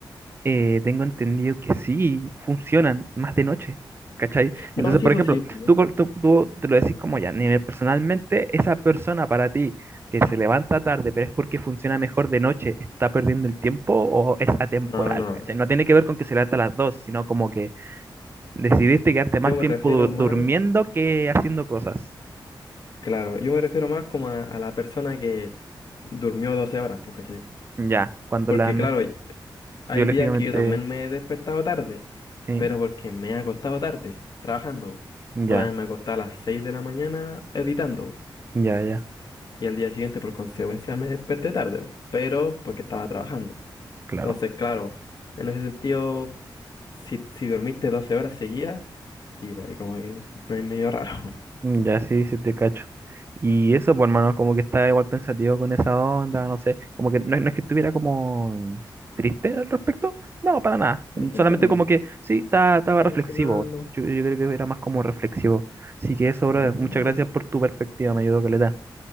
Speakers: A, on the right; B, on the left.
A: eh, tengo entendido que sí funcionan más de noche, ¿cachai? Entonces,
B: No, sí,
A: por
B: pues
A: ejemplo,
B: sí, ¿verdad?
A: tú, col- tú, tú te lo decís como ya, nivel personalmente, esa persona para ti que se levanta tarde, pero es porque funciona mejor de noche, ¿está perdiendo el tiempo o es atemporal?
B: No, no,
A: ¿cachai? No tiene que ver con que se levanta a las dos, sino como que decidiste quedarte más
B: yo me
A: tiempo
B: refiero
A: du- durmiendo
B: más,
A: que haciendo cosas.
B: claro, yo me refiero más como a, a la persona que durmió 12 horas, pues, ¿cachai?
A: Ya, cuando
B: Porque,
A: la ne-
B: claro, hay
A: biológicamente,
B: días que yo también me he despertado tarde,
A: sí,
B: pero porque me he acostado tarde, trabajando.
A: ya,
B: Una vez me acosté a las 6 de la mañana editando,
A: ya, ya,
B: y al día siguiente por consecuencia me desperté tarde, bo, pero porque estaba trabajando.
A: claro.
B: Entonces, claro, en ese sentido, si, si dormiste 12 horas seguidas, sí, pues ahí como que no hay medio raro.
A: Mm, Ya sí, sí te cacho. Y eso, pues hermano, como que estaba igual pensativo con esa onda, no sé, como que no, no es que estuviera como triste al respecto, no, para nada,
B: <laughs> Estoy pensativo,
A: solamente como que sí, ta- estaba
B: está
A: reflexivo,
B: funcionando.
A: yo, yo creo que era más como reflexivo. Así que eso,
B: Bueno,
A: brother, muchas gracias por tu perspectiva, me ayudó que le da.